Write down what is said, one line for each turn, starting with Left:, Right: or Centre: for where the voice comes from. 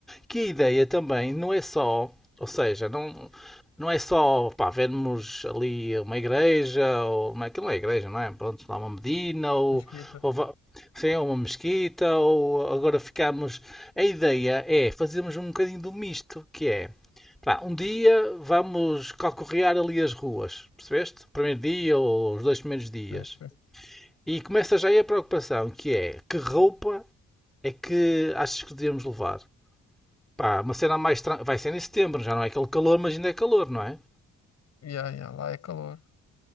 Centre: que a ideia também não é só, ou seja, não, não é só pá, vermos ali uma igreja, ou uma, aquilo não é igreja, não é? Pronto, lá uma medina, ou,
Left: Mesquita.
Centre: ou va- sim, ou uma mesquita, ou agora ficamos. A ideia é fazermos um bocadinho do misto, que é pá, um dia vamos calcorrear ali as ruas, percebeste? Primeiro dia ou os dois primeiros dias.
Left: Sim, sim. sim.
Centre: E começa já aí a preocupação, que é que roupa é que achas que devemos levar? Pá, uma cena mais. tran- Vai ser em setembro, já não é aquele calor, mas ainda é calor, não é?
Left: Ya, ya, lá é calor.